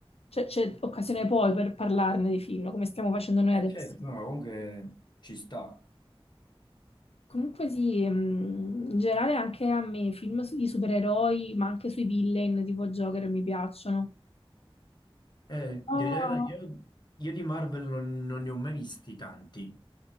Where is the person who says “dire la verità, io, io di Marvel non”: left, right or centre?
Left